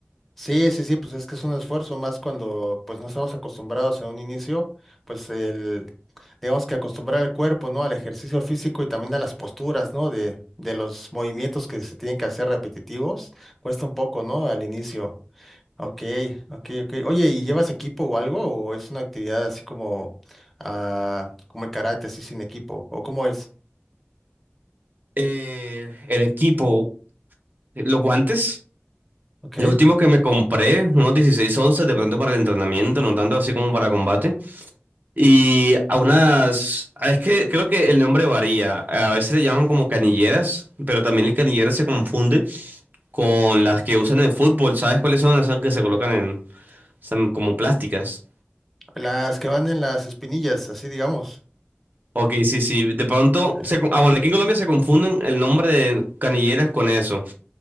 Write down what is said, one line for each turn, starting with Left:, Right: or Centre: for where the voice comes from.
Centre: Sí, sí, sí, pues es que es un esfuerzo más cuando pues no estamos acostumbrados en un inicio, pues el, Tenemos que acostumbrar el cuerpo, ¿no? Al ejercicio físico y también a las posturas, ¿no? De, de los movimientos que se tienen que hacer repetitivos. Cuesta un poco, ¿no? Al inicio. Ok, ok, ok. Oye, ¿y llevas equipo o algo? ¿O es una actividad así como, ah, como el karate, así sin equipo? ¿O cómo es?
Right: Eh, el equipo, los guantes,
Centre: Ok.
Right: los últimos que me compré, unos dieciséis once, de pronto para el entrenamiento, no tanto así como para combate. Y a unas, ah, es que creo que el nombre varía, a veces le llaman como canilleras, pero también el canillero se confunde con las que usan en el fútbol, ¿sabes cuáles son? Esas que se colocan en, Son como plásticas.
Centre: Las que van en las espinillas, así digamos.
Right: Ok, sí, sí. De pronto,
Centre: Sí.
Right: se, co- ah, bueno, aquí en Colombia se confunden el nombre de canilleras con eso.